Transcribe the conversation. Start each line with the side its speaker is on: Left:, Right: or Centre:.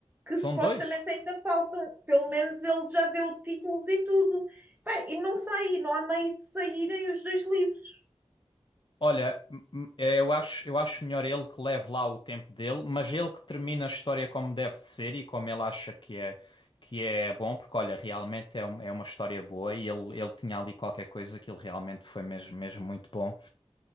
Right: que
Left: são
Right: supostamente
Left: dois.
Right: ainda faltam. Pelo menos ele já deu títulos e tudo. Pá, e não sai, não há meio de saírem os dois livros.
Left: Olha, m- m- é, eu acho, eu acho melhor ele que leve lá o tempo dele, mas ele que termina a história como deve de ser e como ele acha que é, que é bom, porque olha, realmente é, um- é uma história boa e ele, ele tinha ali qualquer coisa que ele realmente foi mesmo, mesmo muito bom.